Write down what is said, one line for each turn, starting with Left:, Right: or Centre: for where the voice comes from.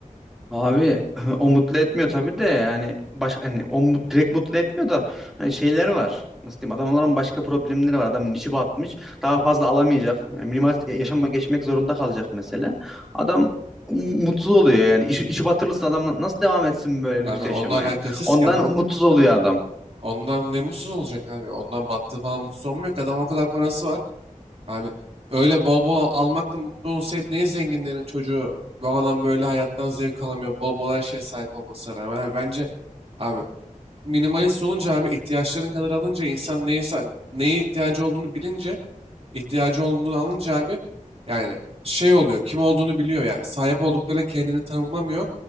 Centre: Abi <laughs> o mutlu etmiyor tabii de yani baş hani o mut, direkt mutlu etmiyor da hani şeyleri var. Nasıl diyeyim? Adamların başka problemleri var. Adamın işi batmış. Daha fazla alamayacak. Yani minimal yaşama geçmek zorunda kalacak mesela. Adam mu- mutsuz oluyor yani. İşi, işi batırılırsa adam nasıl devam etsin böyle
Right: Abi
Centre: lüks
Right: onunla
Centre: yaşamaya?
Right: alakasız
Centre: Ondan
Right: ki adamın
Centre: mutsuz oluyor adam.
Right: Ondan ne mutsuz olacak abi? Ondan battığı falan mutsuz olmuyor ki. Adam o kadar parası var. Abi öyle bol bol almakla mutlu olsaydı niye zenginlerin çocuğu bu adam böyle hayattan zevk alamıyor? Bol bol her şeye sahip olmasına rağmen. Abi bence abi Minimalist olunca abi ihtiyaçların kadar alınca insan neyse neye ihtiyacı olduğunu bilince ihtiyacı olduğunu alınca abi yani şey oluyor kim olduğunu biliyor yani sahip olduklarıyla kendini tanımlamıyor